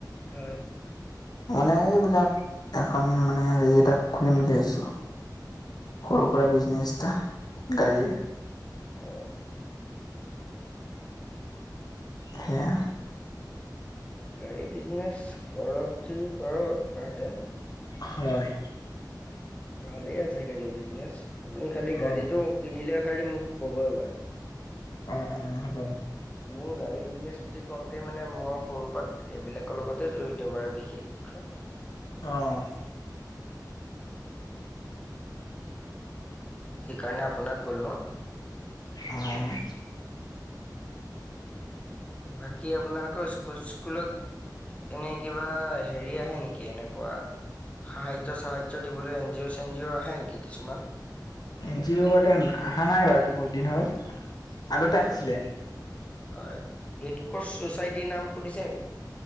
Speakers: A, on the left (about 15°); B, on the left (about 60°).
A: হয়।
B: মানে এইবিলাক এখন মানে হেৰি এটা খুলিম বুলি আহিছো। সৰু সুৰা বিজনেছ এটা গাড়ীৰ
A: হয়, হয়।
B: সেয়া
A: গাড়ী বিজনেচ কৰক যদি কৰক বাৰ দে
B: হয়।
A: ভালে আছে গাড়ীৰ বিজনেচ আপুনি খালি গাড়ীটো
B: অ
A: কিনিলে খালি মোক ক'ব এবাৰ।
B: অ', -অ' হ'ব।
A: মোৰ গাড়ী গ <unintelligible> বুলি কওঁতেই মানে মই সৰুৰ পৰা এইবিলাকৰ লগতে জড়িত বাৰু বিশেষকে।
B: অহ।
A: সেইকাৰণে। আপোনাক ক'লো।
B: আহে।
A: বাকী আপোনালোকৰ স্কুল-চিস্কুলত। এনেই কিবা হেৰি আহে নেকি এনেকুৱা? সাহাৰ্য, চাহাৰ্য দিবলৈ এন জি অ', চেনজি অ' আহে নেকি কিছুমান।
B: এনজিঅ' বে আহা নাই বা বহুত দিন হ'ল আগতে
A: হয়
B: আহিছিলে
A: হয় ৰেড ক্ৰছ চচাইটিৰ নাম শুনিছে নেকি